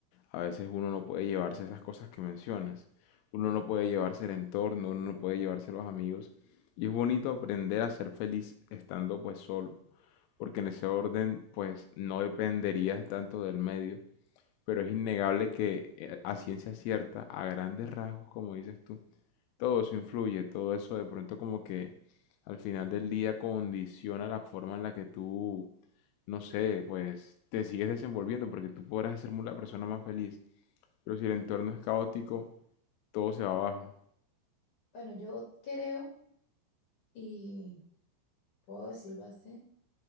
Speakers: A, on the left (about 85°); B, on the left (about 60°).
A: a veces uno no puede llevarse esas cosas que mencionas. Uno no puede llevarse el entorno, uno no puede llevarse los amigos. Y es bonito aprender a ser feliz estando pues solo. porque en ese orden pues no dependerías tanto del medio, pero es innegable que eh, a ciencia cierta, a grandes rasgos, como dices tú, todo eso influye, todo eso de pronto como que al final del día condiciona la forma en la que tú, no sé, pues te sigues desenvolviendo, porque tú podrás ser mu- la persona más feliz, pero si el entorno es caótico, todo se va abajo.
B: Bueno, yo creo, y puedo decirlo así,